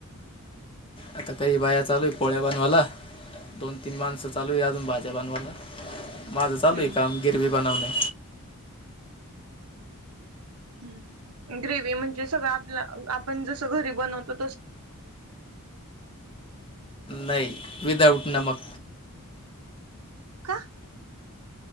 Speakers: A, on the left; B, on the right.
A: आता काही बाया चालूय पोळ्या बनवाला दोन तीन माणसं चालू या अजून बाज- माझ्या बनवाला माझं चालू
B: हम्म
A: आहे काम गिरवी बनवणे.
B: हम्म. ग्रेव्ही म्हणजे सगळं आपलं आपण जसं घरी बनवतो.
A: नाही विदाउट नमक
B: का?